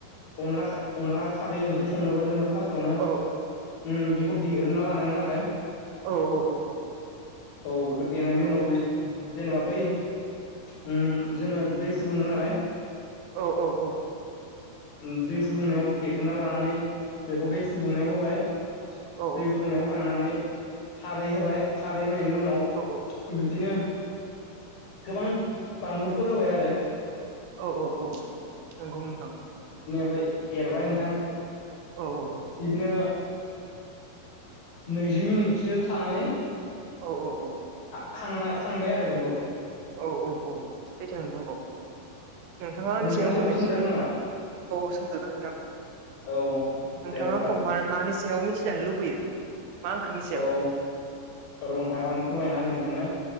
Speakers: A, on the left; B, on the right.
A: अनला खा अनला खा खारै ओंख्रि संनोबा जोङो फार्स्टआवनो
B: औ
A: उम बेखौ देग्रोना लानांगोन आरो।
B: औ-औ-औ-औ
A: औ बेखौ देनायनि उनाव बे जेनेबा बै उम जोङो दै फुदुंगोन नालाय।
B: औ-औ-औ-औ
A: उ दै फुदुंनायाव देख्रेना लानानै बेखौ दै फुदुंनायाव होबाय
B: औ
A: दै फुदुंनायाव खांनानै खारै होबाय खारै होनायनि उनाव
B: औ
A: बिदिनो गोबां बानलुफोर होबाय आरो।
B: औ-औ-औ नोंगौ नोंथां।
A: फाय एरबाय नोंथां
B: औ-औ-औ
A: बिदिनो नैजि मिनिटसो थानानै
B: औ-औ-औ
A: खांना खांबाय आरो बेखौ
B: औ-औ-औ सैथो नोंथां औ नोंथाङा आंनि
A: नोंथांनि
B: सायाव
A: सायावबो
B: मोननैसो
A: सोंजागोन नामा
B: औ सोंजागोन नोंथां
A: औ
B: नोंथाङा
A: दे होमबा
B: आंखौ मा-मानि सायाव मि- थि जानो लुबैयो। मा ओंख्रिनि सायाव
A: अ र' नोंथां आं फोरमायना होनि नोंथांनो।